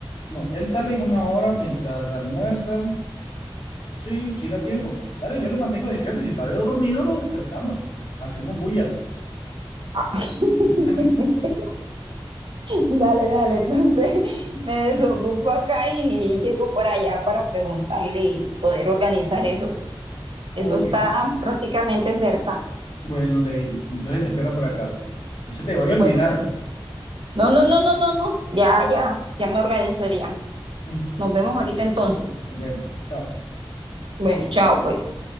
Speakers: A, on the left; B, on the right.
A: No, él sale en una hora mientras almuerza, Sí, sí da tiempo. Dale, yo lo mantengo despierto. y Si está dormido, lo despertamos. Hacemos bulla.
B: Ah, <laughs>
A: <laughs>
B: Dale, dale, entonces <laughs> me desocupo acá y llego por allá para preguntarle y poder organizar eso. Eso
A: Ok.
B: está prácticamente cerca.
A: Bueno, Lady, entonces te espero por acá, ¿viste? No se te vaya a
B: Bueno,
A: olvidar.
B: bueno. No, no, no, no, no, no. Ya, ya, ya me organizo ya.
A: <laughs> Nos
B: Nos vemos ahorita entonces.
A: vemos. Chao.
B: Bueno, chao, pues.